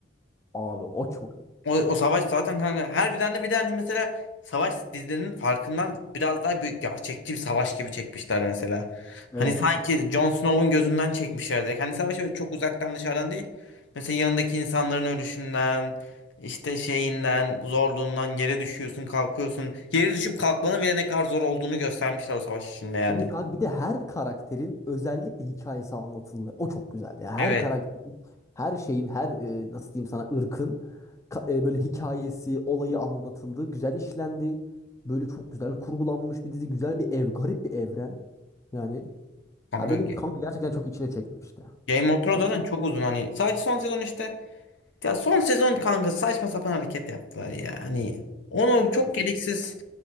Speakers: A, on the left; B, on the left.
A: Abi o çok. iyi.
B: O, o savaş zaten kanka harbiden de bir de hani mesela savaş dizilerinin farkından biraz daha büyük gerçekçi bir savaş gibi çekmişler mesela. Hani
A: Evet.
B: sanki Jon Snow'un gözünden çekmişlerdi. Hani savaş öyle çok uzaktan dışarıdan değil. Mesela yanındaki insanların ölüşünden, işte şeyinden, zorluğundan yere düşüyorsun, kalkıyorsun. Yere düşüp kalkmanın bile ne kadar zor olduğunu göstermişler o savaş içinde yani.
A: Evet kanka bir de her karakterin özellikle hikayesi anlatıldı. O çok güzeldi. Yani her
B: Evet.
A: karakter, her şeyin, her e, nasıl diyeyim sana ırkın ka- e, böyle hikayesi, olayı anlatıldı. Güzel işlendi. Böyle çok güzel kurgulanmış bir dizi. Güzel bir ev, garip bir evren. Yani
B: Kanka
A: ya benim kanka gerçekten çok içine çekmişti.
B: Game of Thrones
A: Çok
B: zaten çok uzun hani. Sadece son sezon işte. Ya son sezon kanka saçma sapan hareket yaptılar ya. Hani onu çok
A: Ya,
B: gereksiz